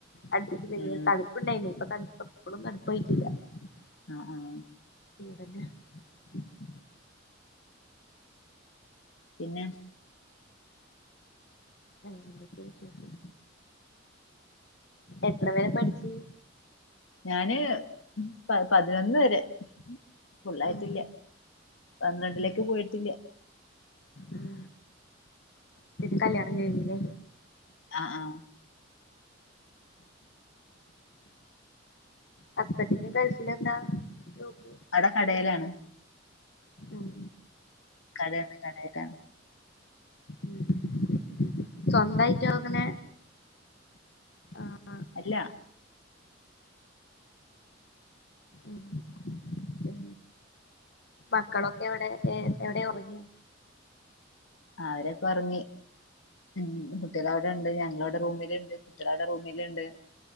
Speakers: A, on the left; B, on the left.
A: അടുപ്പച്ച്
B: ഉം
A: പ തണുപ്പുണ്ടായിരുന്നു ഇപ്പൊ തണുപ്പ എപ്പോഴും തണുപ്പായിടില്ല <unintelligible>
B: ആഹ് ആഹ്
A: അതന്നെ <unintelligible>
B: പിന്നെ
A: ആഹ് എന്തൊക്കെ വിശേഷം എത്ര വരെ പഠിച്ച്
B: ഞാന് പ പതിനൊന്ന് വരെ ഫുള്ളായിട്ടില്ല
A: ഉം
B: പന്ത്രണ്ടിലേക്ക്
A: ഉം
B: പോയിട്ടില്ല.
A: ഉം കല്യാണം കയിഞ്ഞിലെ
B: ആഹ് ആഹ്
A: ഹുസ്ബൻഡ് ഗൾഫിൽ എന്താ ജോലി
B: അടെ കടയിലാണ്
A: ഉം
B: കടേണ് കടേലാണ്.
A: ഉം സ്വന്തായിട്ടോ അതങ്ങനെ ആഹ്
B: അല്ല
A: ഉം പിന്നെ മക്കളൊ എവടെ ഏഹ് എവടെ ഒർങ്ങ്യോ
B: ആഹ് അവരൊക്കൊർങ്ങി. ഉം കുട്ടികള് അവിടെ ഉണ്ട് ഞങ്ങളവിടെ റൂമിലുണ്ട് കുട്ടികള അവിടെ റൂമിലുണ്ട്